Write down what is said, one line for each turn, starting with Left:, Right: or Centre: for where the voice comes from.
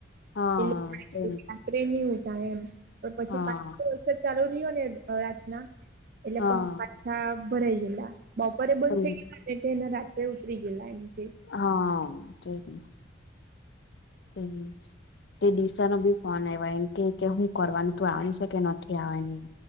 Left: હા
Right: ને
Left: તે
Right: ટ્રેન ની ઉ થાય એમ પણ પછી
Left: હા
Right: પાંચ વરષ ચાલુ રહ્યો ને રાતના. એટલે
Left: હા
Right: પછ પાછા ભરાઈ ગયેલા બરે બંધ
Left: તે
Right: થ ગ નેને રાત્રે ઉતરી ગેલા એ.
Left: હા <unintelligible> તેનજ. તે દિશા ન બી કોણ આવ એમ કે કે હું કરવાનું ત આવ શ કે નથી આવવાની.